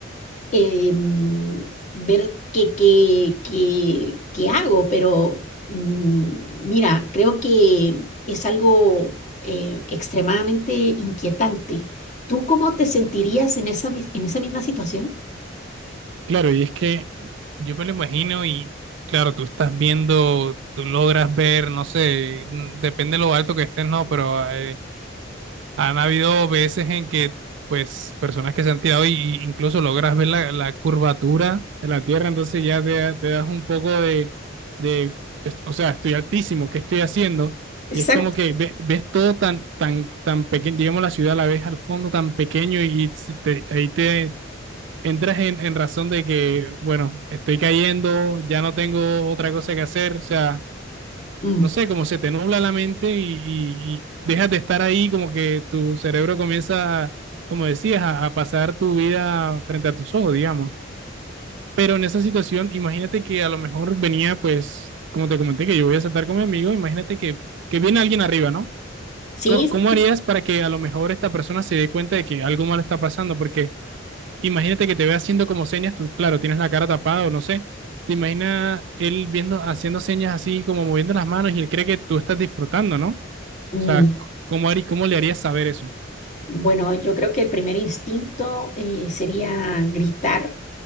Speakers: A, on the left; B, on the right.
A: em, ver qué, qué, qué, qué hago, pero mm, mira, creo que es algo eh, extremadamente inquietante. ¿Tú cómo te sentirías en esa, mis- en esa misma situación?
B: claro, y es que yo me lo imagino y claro, tú estás viendo, tú logras ver, no sé, mm, depende de lo alto que estés, no, pero eh, Han habido veces en que, pues, personas que se han tirado y y incluso logras ver la, la curvatura de la Tierra, entonces ya te, da- te das un poco de, de, pues, o sea, estoy altísimo, ¿qué estoy haciendo?
A: Exacto.
B: Y es como que ve- ves todo tan, tan, tan pequeño, digamos, la ciudad la ves al fondo tan pequeño y si te- ahí te entras en, en razón de que, bueno, estoy cayendo, ya no tengo otra cosa que hacer, o sea
A: Mm,
B: no sé, como se te nubla la mente y, y, y dejas de estar ahí, como que tu cerebro comienza, como decías, a, a pasar tu vida frente a tus ojos, digamos. Pero en esa situación, imagínate que a lo mejor venía, pues, como te comenté, que yo voy a saltar con mi amigo, imagínate que, que viene alguien arriba, ¿no?
A: Sí,
B: ¿Cómo, cómo
A: sí. sí.
B: harías para que a lo mejor esta persona se dé cuenta de que algo malo está pasando? Porque imagínate que te ve haciendo como señas, tú, claro, tienes la cara tapada o no sé, te imaginas él viendo, haciendo señas así, como moviendo las manos y él cree que tú estás disfrutando, ¿no? O
A: Mm,
B: sea, ¿cómo, harí, cómo le harías saber eso?
A: Bueno, yo creo que el primer instinto eh, sería gritar